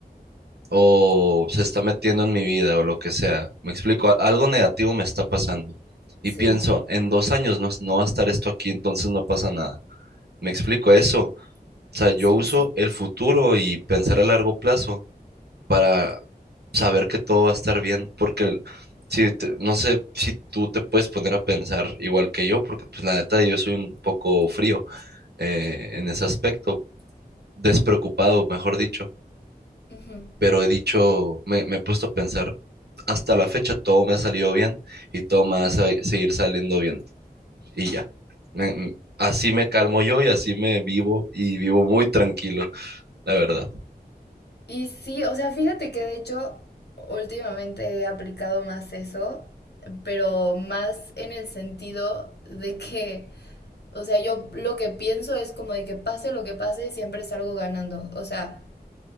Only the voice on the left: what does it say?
Sí,
sí,
sí.
Ujú.
Y sí, o sea, fíjate que de hecho últimamente he aplicado más eso, pero más en el sentido de que, o sea, yo lo que pienso es como de que pase lo que pase, siempre salgo ganando. O sea,